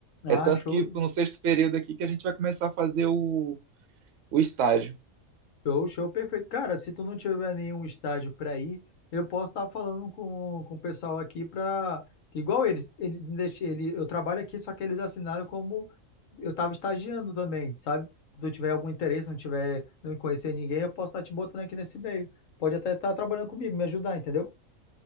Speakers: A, on the left; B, on the right.
A: Ah,
B: É tanto
A: show,
B: que no sexto período aqui que a gente vai começar a fazer o, o estágio.
A: Show, show, perfeito. Cara, se tu não tiver nenhum estádio para ir, eu posso estar falando com, com o pessoal aqui para igual eles, eles me deixam, ele, eu trabalho aqui, só que eles assinaram como eu estava estagiando também, sabe? Se tu tiver algum interesse, não tiver, não conhecer ninguém, eu posso estar te botando aqui nesse meio. Pode até estar trabalhando comigo, me ajudar, entendeu?